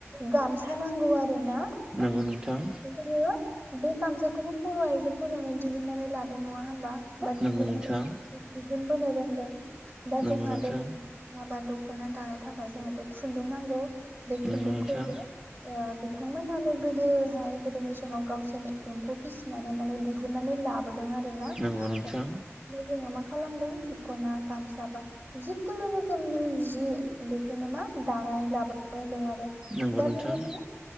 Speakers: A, on the right; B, on the right.
A: गामसा नांगौ आरो ना
B: नंगौ
A: उम
B: नोंथां नंगौ नोंथां
A: <unintelligible> बे गामसाखौबो बर' आइजोफोरानो दिहुननानै लाद नङा होमबा बा
B: नंगौ
A: दिहुननानै
B: नोंथां
A: दिहुनबोनो रोंदों बा
B: नंगौ
A: जोंहा
B: नोंथां
A: <unintelligible> <unintelligible> दख'ना दानो थाखाय जोंनोथ' खुन्दुं नांगौ बे खुन्दुंखो
B: नंगौ नोंथां
A: ओ‌ बिथांमोनानो गोदोहाय गोदोनि समाव गावसोरनो एम्फौ फिस सिनानै माने दिहुननानै लाबोदों आरो ना?
B: नंगौ नोंथां
A: ओमफ्राय जोङो मा खालामदों दख'ना गामसा बा जिखुनु रोखोमनि जि बेखौनो मा दानानै लाबोनो रोंदों आरो।
B: नंगौ
A: दा
B: नोंथां
A: बिदिनो